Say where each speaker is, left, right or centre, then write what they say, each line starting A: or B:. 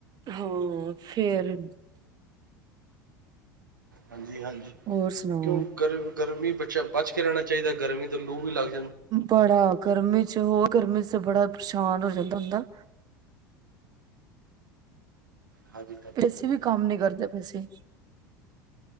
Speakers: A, on the right; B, on the right.
A: ਹਾਂ, ਫੇਰ
B: ਹਾਂਜੀ। ਜੀ ਹਾਂਜੀ,
A: ਹੋਰ ਸੁਣਾਓ
B: ਕਿਉਂ ਗਰ -ਗਰਮੀ ਬ- ਬਚ ਕੇ ਰਹਿਣਾ ਚਾਹੀਦਾ ਗਰਮੀ ਤੋਂ ਲੂ ਵੀ ਲੱਗਦਾ।
A: ਬੜਾ ਗਰਮੀ ਚ ਹੋਰ ਗਰਮੀ ਚ ਬੜਾ ਪਰੇਸ਼ਾਨ ਹੋ ਜਾਂਦਾ ਹੁੰਦਾ।
B: ਹਾਂਜੀ ਹਾਂਜੀ
A: ਪੈਸੇ ਵੀ ਕੰਮ ਨੀ ਕਰਦੇ ਪੈਸੇ